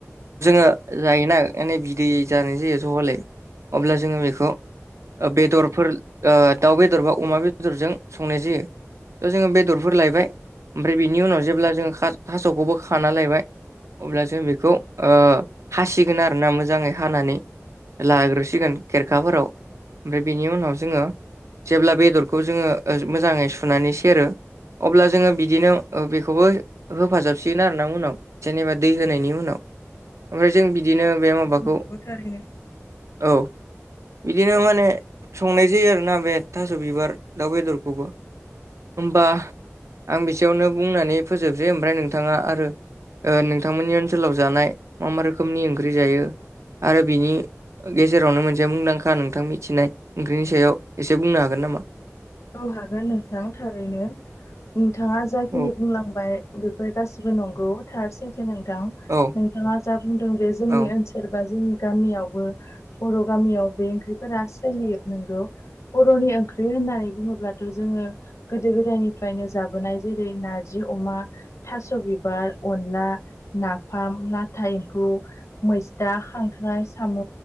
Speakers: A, on the right; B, on the left.
A: जोङो जायोना ओंखायनो बिदै जानाय जायो जहलै अब्ला जोङो बेखौ ओ बेदरफोर ओ दाउ बेदर बा अमा बेदरजों संनाय जायो। ट' जोङो बेदरफोर लायबाय ओमफ्राय बिनि उनाव जेब्ला जोङो खा थास'खौबो खाना लायबाय। अब्ला जों बेखौ ओ हासिगोन आरोना मोजाङै हानानै लाग्रोसिगोन खेरखाफोराव ओमफ्राय बेनि उनाव जोङो जेब्ला बेदरखौ जोङो ओ मोजाङै सुनानै सेरो अब्ला जोङो बिदिनो ओ बेखौबो होफाजाबसिगोन आर ना उनाव। जेनेबा दै होनायनि उनाव ओमफ्राय जों बिदिनो बे माबाखौ
B: नंगौ थारैनो
A: औ। बिदिनो माने संनाय जायो आरोना बे थास' बिबार दाउ बेदरखौबो। होमबा आं बिसेयावनो बुंनानै फोजोबसै ओमफ्राय नोंथाङा आरो ओ नोंथांमोननि ओनसोलाव जानाय मा मा रोखोमनि ओंख्रि जायो आरो बिनि गेजेरावनो मोनसे मुंदांखा नोंथां मिथिनाय ओंख्रिनि सायाव एसे बुंनो हागोन नामा?
B: औ हागोन नोंथां थारैनो। नोंथाङा जाखिनि
A: औ
B: बुंलांबाय बेफोर गासिबो नंगौ थार सैथो नोंथां।
A: औ
B: नोंथाङा जा बुंदों बे जोंनि
A: औ
B: ओनसोल बा जोंनि गामियावबो बर' गामियाव बे ओंख्रिफोरा सोलियो नोंगौ बर'नि ओंख्रि होननानै बुङोब्लाथ' जोङो गोदो गोदायनिफ्रायनो जाबोनाय जेरै नारजि अमा थास' बिबार, अनला, नाफाम, लाथा एम्फौ मैस्था, खांख्राइ, साम'